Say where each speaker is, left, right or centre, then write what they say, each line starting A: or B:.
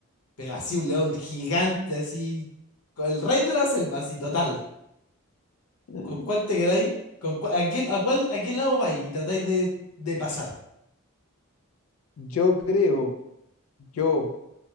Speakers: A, on the left; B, on the left.
A: pero así un león gigante, así, con el rey de la selva, así total.
B: <laughs>
A: ¿Con cuál te quedáis? ¿Con cua- a qué, a cuál, a qué lado vais? Y tratáis de, de pasar.
B: Yo creo, yo